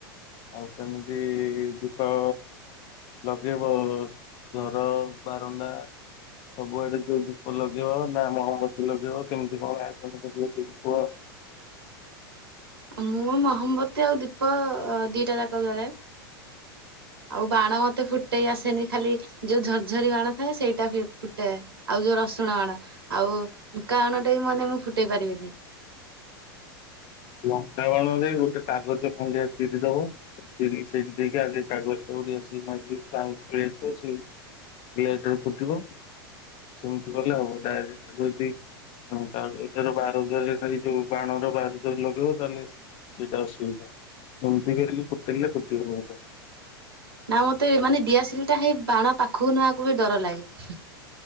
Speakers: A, on the left (about 45°); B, on the right (about 80°).
A: ଆଉ ସେମିତି ଦୀପ ଲଗେଇବ ଘର ବାରଣ୍ଡା ସବୁଆଡ଼େ ଯୋଉ ଦୀପ ଲଗେଇବ ନା ମହମତୀ ଲଗେଇବ କେମିତି କଣ ଆୟୋଜନ କରିବ ଟିକେ କୁହ।
B: ମୁଁ ମହମବତୀ ଆଉ ଦୀପ ଦିଟା ଯାକ ଜଳାଏ। ଆଉ ବାଣ ମତେ ଫୁ ଫୁଟେଇ ଆସେନି ଖାଲି ଯୋଉ ଝରଝରି ବାଣ ଥାଏ ସେଇଟା ଫୁଟେ ଆଉ ଯୋଉ ରସୁଣ ବାଣ ଆଉ ଲଙ୍କା ବାଣଟେ ବି ମାନେ ମୁଁ ଫୁଟେଇ ପାରିବିନି।
A: ଲଙ୍କାବାଣରେ ଗୋଟେ କାଗଜ ଖଣ୍ଡେ ଚିରିଦବ। ସେ ସେଠ ଦେଖି ଆଗ ତାଗଷ୍ଟୋଛି <unintelligible> ଲେଟ ରେ ଫୁଟିବ ସେମିତି କଲେ ହବ। ଡାଇରେକ୍ଟ ଯଦି ହଁ ତା ଏଥର ବାରୁଦରେ ଖାଲି ଯୋଉ ବାଣର ବାର ଯଦି ଲଗେଇବ ତାହେଲେ ସେଇଟା ଅସୁବିଧା ଏମିତି ହେଇ ଫୁଟେଇଲେ ଫୁଟିବ।
B: ନା ମତେ ମାନେ ଦିଆସିଲି ଟା ହେଇ ବାଣ ପାଖକୁ ନେବାକୁ ବି ଡର ଲାଗେ।